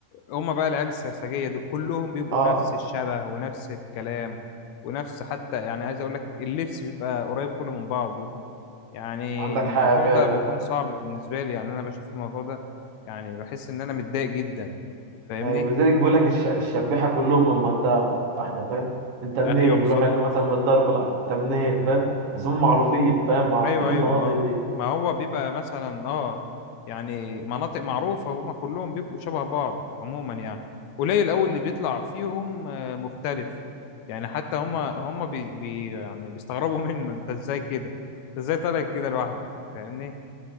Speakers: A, on the left (about 75°); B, on the right (about 80°).
A: هم بقى العيال السرسجية دول كلهم بيبقوا
B: اه
A: نفس الشبه ونفس الكلام ونفس حتى يعني عايز اقول لك اللبس بيبقى قريب كله من بعضه يعني
B: عندك
A: الموضوع
B: حق فعلا
A: ده بيكون صعب بالنسبة لي يعني انا بشوف الموضوع ده يعني بحس ان انا متضايق جدا فاهمني
B: ايوه لذلك بيقول لك الش... الشبيحه كلهم من منطقه واحده فاهم انت منين
A: ايوه بالظبط
B: يروح يقول له مثلا من الدرب الاحمر انت منين فاهم بس هم معروفين فاهم معروفين
A: ايوه
B: المناطق
A: ايوه اه
B: دي
A: ما هو بيبقى مثلا اه يعني مناطق معروفة هما كلهم بيبقوا شبه بعض عموما يعني قليل قوي اللي بيطلع فيهم آه، مختلف يعني حتى هما هما بي بي يعني بيستغربوا <laughs> منه انت ازاي كده انت ازاي طالع كده لوحدك فاهمني